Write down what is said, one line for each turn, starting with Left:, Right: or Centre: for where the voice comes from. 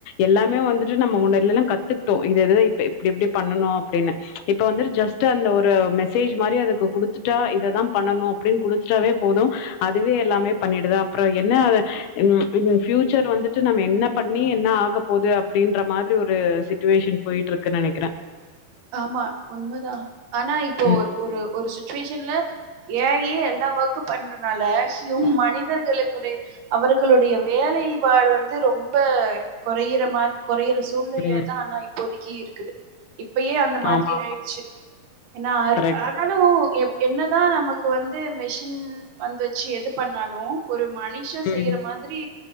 Left: எல்லாமே வந்துட்டு நம்ம முன்னாடிலல்லா கத்துக்கிட்டோ இது இதத இப்ப எப்டி எப்டி பண்ணனு அப்டின்னு இப்ப வந்து ஜஸ்ட்டு அந்த ஒரு மெசேஜ் மாரி அதுக்கு குடுத்துட்டா இத தா பண்ணனு அப்டின் குடுத்துட்டாவே போது அதுவே எல்லாமே பண்ணிடுதா அப்றொ என்ன ம் ம் ஃப்யூச்சர் வந்துட்டு நம்ம என்ன பண்ணி என்ன ஆக போது அப்டின்ற மாதிரி ஒரு சிட்டுவேஷன் போயிட்டு இருக்குன் நெனக்கிறே
Right: ஆமா உண்மதா ஆனா இப்போ
Left: ம்
Right: ஒரு ஒரு ஒரு சுச்சுவேஷன்ல ஏ ஐ யே எல்லா ஓர்க்கு பண்றனால ஹியூ மனிதர்களுக்குடைய அவர்களுடைய வேலைப்பாடு வந்து ரொம்ப கொறையிறமா கொறையிற சூழ்நிலைய்ல
Left: ம்
Right: தா ஆனா இப்போதிக்கி இருக்குது இப்பயே அந்த மாதிரி
Left: ஆமா
Right: ஆயிடுச்சு என்னா
Left: கரெக்ட்.
Right: <unintelligible> ஆலுஉ எப் என்னதா நமக்கு வந்து மெஷின் வந்து வச்சு எது பண்ணாலு ஒரு மனுஷெ செய்யுற
Left: ம்
Right: மாதிரி